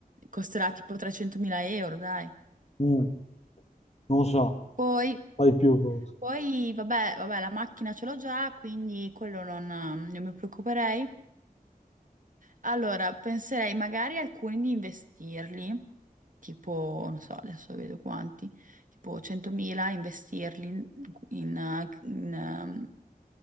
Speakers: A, on the right (about 60°); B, on the left (about 45°).
A: costerà tipo 300.000 euro, dai.
B: Mm, non so,
A: Poi
B: poi più forse.
A: Poi, vabbè, vabbè, la macchina ce l'ho già, quindi quello non, non mi preoccuperei. Allora, penserei magari alcuni di investirli, tipo, non so, adesso vedo quanti, tipo 100.000 investirli in, in, in,